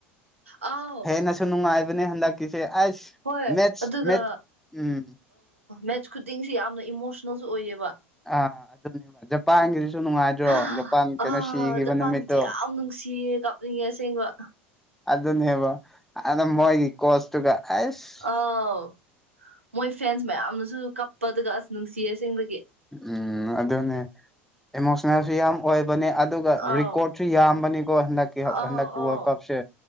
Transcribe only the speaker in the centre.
ꯍꯦꯟꯅꯁꯨ ꯅꯨꯡꯉꯥꯏꯕꯅꯦ ꯍꯟꯗꯛꯀꯤꯁꯦ ꯑꯁ
ꯃꯦꯠꯁ
ꯃꯦꯠꯁ ꯎꯝ
ꯑ ꯖꯥꯄꯥꯟꯒꯤ ꯁꯨ ꯅꯨꯡꯉꯥꯏꯗ꯭ꯔꯣ
ꯖꯄꯥꯟ ꯀꯩꯅꯣ ꯁꯤꯈꯤꯕ
ꯅꯨꯃꯤꯠꯇꯣ
ꯑꯗꯨꯅꯦꯕ ꯑꯗ ꯃꯣꯏꯒꯤ ꯀꯣꯆꯇꯨꯒ ꯑꯦꯁ
ꯎꯝ ꯑꯗꯨꯅꯦ ꯑꯦꯃꯣꯁꯅꯦꯜ ꯌꯥꯝ ꯑꯣꯏꯕꯅꯦ ꯑꯗꯨꯒ
ꯔꯦꯀꯣꯔꯠꯁꯨ ꯌꯥꯝꯕꯅꯤꯀꯣ ꯍꯟꯗꯛꯀꯤ
ꯍꯟꯗꯛꯀꯤ
ꯋꯥꯔꯜ ꯀꯞꯁꯦ